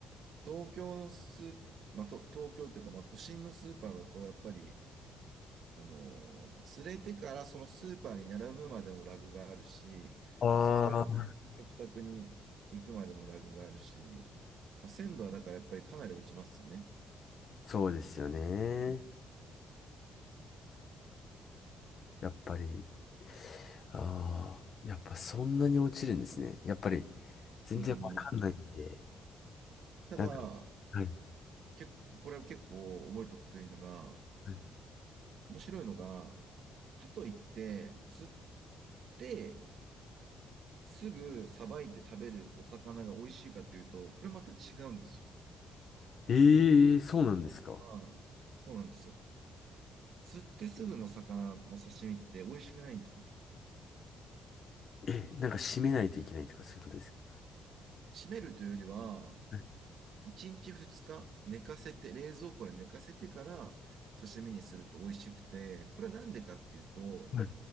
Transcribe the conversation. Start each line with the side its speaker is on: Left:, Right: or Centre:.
Right: 東京のスーパー、まあ、と東京っていうか、まあ、都心のスーパーだと、やっぱり、あのー、連れてからそのスーパーに並ぶまでもラグがあるし、
Left: ああ、
Right: そこから食卓に行くまでもラグがあるし、まあ、鮮度はだからやっぱりかなり落ちますよね。
Left: そうですよね。やっぱり、ああ、やっぱそんなに落ちるんですね。やっぱり、全然わかんないんで。
Right: うん。ただ、
Left: なんか、はい。
Right: 結構、これは結構覚えておくといいのが、
Left: はい
Right: 面白いのが、かといって、釣ってすぐさばいて食べるお魚が美味しいかというと、これまた違うんですよ。
Left: ええーそうなんですか。
Right: まあ、そうなんですよ。釣ってすぐの魚の刺身って美味しくないんですよ。
Left: え、なんか締めないといけないとかそういうことですか。
Right: 閉めるというよりは、
Left: はい。
Right: 1日2日寝かせて、冷蔵庫で寝かせてから刺身にすると美味しくて、これなんでかっていうと、
Left: はい